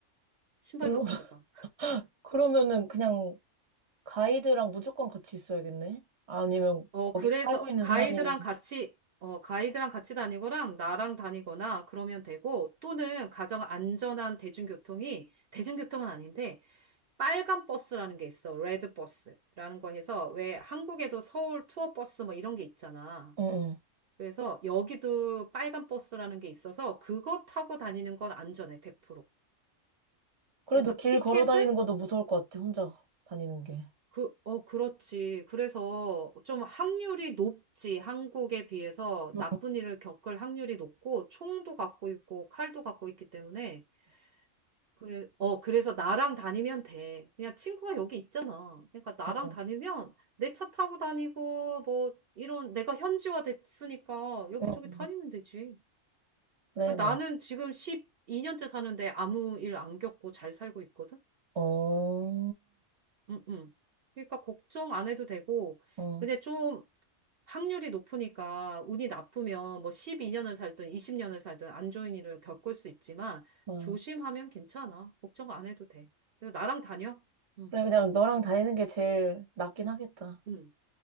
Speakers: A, on the right; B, on the right.
A: 신발도
B: 그러,
A: 가져가.
B: <laughs> 그러면은 그냥 가이드랑 무조건 같이 있어야겠네? 아니면
A: 어,
B: 거기
A: 그래서
B: 살고 있는
A: 가이드랑
B: 사람이나,
A: 같이, 어, 가이드랑 같이 다니거나 나랑 다니거나 그러면 되고 또는 가장 안전한 대중교통이 대중교통은 아닌데 빨간 버스라는 게 있어. 레드 버스라는 거 해서 왜 한국에도 서울 투어 버스 뭐 이런 게 있잖아.
B: 응, 응.
A: 그래서 여기도 빨간 버스라는 게 있어서 그거 타고 다니는 건 안전해, 100%.
B: 그래도
A: 그래서
B: 길
A: 티켓을
B: 걸어 다니는 것도 무서울 것 같아, 혼자 다니는 게.
A: 그, 어, 그렇지. 그래서 좀 확률이 높지. 한국에 비해서
B: 응,
A: 나쁜 일을 겪을 확률이 높고 총도 갖고 있고 칼도 갖고 있기 때문에 그래, 어, 그래서 나랑 다니면 돼. 그냥 친구가 여기 있잖아. 그러니까 나랑
B: 응,
A: 다니면 내 차 타고 다니고, 뭐, 이런, 내가 현지화 됐으니까 여기저기
B: 응. 응.
A: 다니면 되지.
B: 그래,
A: 그 나는
B: 뭐.
A: 지금 12년째 사는데 아무 일 안 겪고 잘 살고 있거든?
B: 어,
A: 응, 응. 그러니까 걱정 안 해도 되고,
B: 어,
A: 근데 좀 확률이 높으니까 운이 나쁘면 뭐 12년을 살든 20년을 살든 안 좋은 일을 겪을 수 있지만
B: 와.
A: 조심하면 괜찮아. 걱정 안 해도 돼. 그래서 나랑 다녀. 응.
B: 그래, 그냥 너랑 다니는 게 제일 낫긴 하겠다.
A: 음.